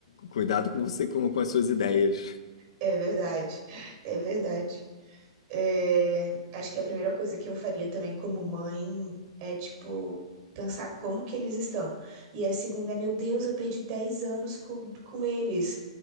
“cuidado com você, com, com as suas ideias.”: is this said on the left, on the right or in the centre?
Left